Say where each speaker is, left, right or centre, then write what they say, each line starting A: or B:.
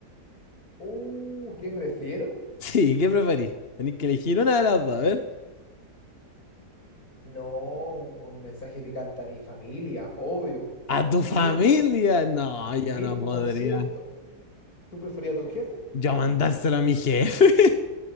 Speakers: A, on the left; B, on the left.
A: uh, ¿qué prefiero?
B: Sí, ¿qué preferís? Tenéis que elegir una de las dos, a ver.
A: No, un, un mensaje picante a mi familia, obvio.
B: ¿A tu
A: Mil
B: familia?
A: por,
B: No,
A: mil
B: yo no podría.
A: por ciento. ¿Tú preferías a tu jefe?
B: Yo mandárselo a mi jefe. <laughs>